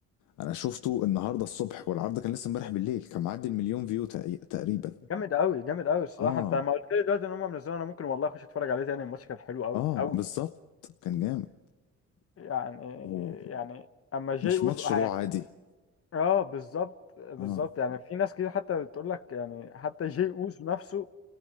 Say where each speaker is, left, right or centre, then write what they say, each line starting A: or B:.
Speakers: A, on the left (about 80°); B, on the left (about 50°).
A: انا شفته النهارده الصبح والعرض كان لسه امبارح بالليل كان معدي المليون فيو تق- تقريبا
B: جامد قوي جامد قوي الصراحة
A: اه
B: انت ما قلت لي دلوقتي ان هم منزلين انا ممكن والله اخش اتفرج عليه تاني الماتش كان حلو قوي
A: اه
B: قوي
A: بالظبط كان جامد
B: يعني
A: ومش
B: يعني اما جي اوسو
A: ماتش
B: يعني
A: رو عادي
B: اه بالظبط بالظبط
A: اه
B: يعني في ناس كتير حتى بتقول لك يعني حتى جي اوسو نفسه